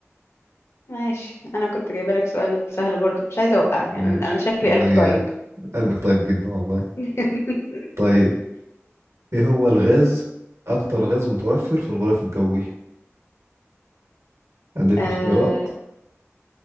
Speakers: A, on the left (about 60°); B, on the right (about 65°).
A: ماشي أنا كنت جايبة لك سؤال سهل برضو مش عايزة أوقعك
B: ماشي
A: يعني أنا أنا شكلي
B: والله
A: قلبي طيب
B: قلبك طيب جدا والله
A: <laughs>
B: طيب ايه هو الغاز اكتر غاز متوفر في الغلاف الجوي اديلك
A: آه،
B: اختيارات